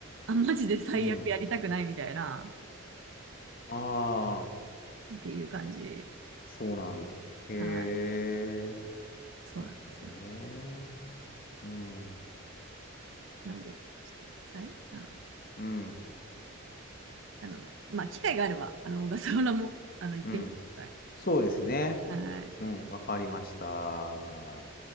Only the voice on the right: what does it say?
あ、マジで最悪やりたくないみたいな、
っていう感じ。
はい。そうなんですよ。
なんで、ちょっとください。あの、
あのまあ、機会があれば、あの、小笠原も、あの、行ってみてください。
はい。